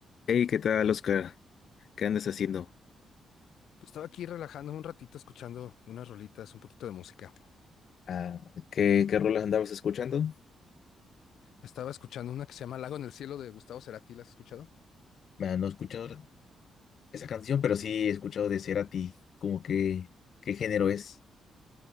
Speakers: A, on the left (about 60°); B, on the left (about 75°).
A: Hey, ¿qué tal, Oscar? ¿Qué andas haciendo?
B: Pues estaba aquí relajándome un ratito escuchando unas rolitas, un poquito de música.
A: Ah, ¿qué, qué rolas andabas escuchando?
B: Estaba escuchando una que se llama Lago en el Cielo de Gustavo Cerati, ¿la has escuchado?
A: Ah, no he escuchado esa canción, pero sí he escuchado de Cerati. Como que, ¿qué género es?